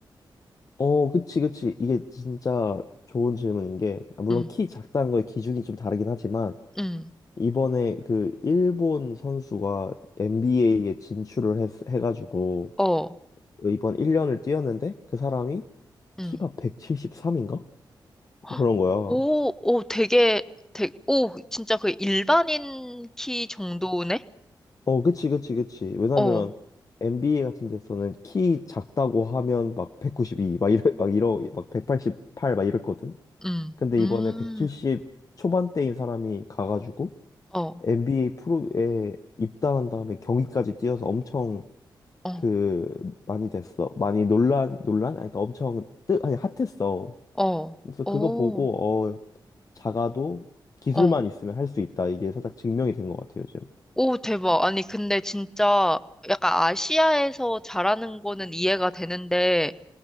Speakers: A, on the left; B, in the centre.
A: 어, 그치, 그치. 이게 진짜 좋은 질문인 게, 아, 물론
B: 응.
A: 키 작다는 거의 기준이 좀 다르긴 하지만,
B: 응,
A: 이번에 그 일본 선수가 NBA에 진출을 했, 해가지고,
B: 어,
A: 이번 1년을 뛰었는데, 그 사람이
B: 응.
A: 키가 173인가?
B: 헉,
A: 그런 거야.
B: 오, 오, 되게, 되게, 오, 진짜 그 일반인 키 정도네?
A: 어, 그치, 그치, 그치. 왜냐면
B: 어,
A: NBA 같은 데서는 키 작다고 하면 막 192, 막 이래, 막 이러, 막 188, 막 이랬거든.
B: 음,
A: 근데
B: 음,
A: 이번에 170 초반대인 사람이 가가지고
B: 어,
A: NBA 프로에 입단한 다음에 경기까지 뛰어서 엄청
B: 어,
A: 그 많이 됐어. 많이 논란, 논란? 아니, 그러니까 엄청 뜨, 아니, 핫했어.
B: 어,
A: 그래서
B: 오,
A: 그거 보고 어, 작아도 기술만
B: 어,
A: 있으면 할 수 있다. 이게 살짝 증명이 된 것 같아요, 요즘.
B: 오, 대박. 아니, 근데 진짜 약간 아시아에서 잘하는 거는 이해가 되는데,